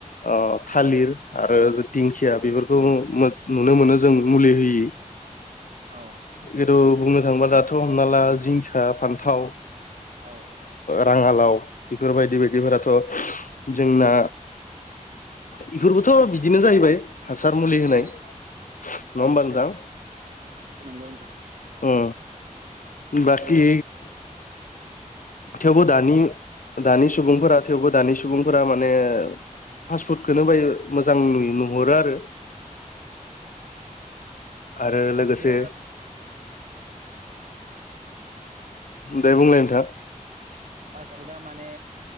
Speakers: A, on the left; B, on the right.
A: आ थालिर आरो दिंखिया बेफोरखौ नुनो मोनो जों मुलि होयि
B: औ
A: खिन्थु बुंनो थाङोबा दाथ' हमना ला जिंखा फान्थाव
B: औ
A: राङालाव बेफोरबायदि बायदिफोराथ' जोंना बेफोरबोथ' बिदिनो जाहैबाय हासार मुलि होनाय
B: औ
A: नङा
B: औ
A: होमबाोजां
B: नंगौ नोंथां
A: अ बाखि
B: थ'
A: थेवबो
B: दाथ'
A: दानि दानि सुबुंफोरा थेवबो दानि सुबुंफोरा माने फास्टफुदखौनो बाहाय मोजां नु नुहरो आरो आरो लोगोसे
B: औदा
A: दे बुंलाय नोंथां
B: पास फुदा माने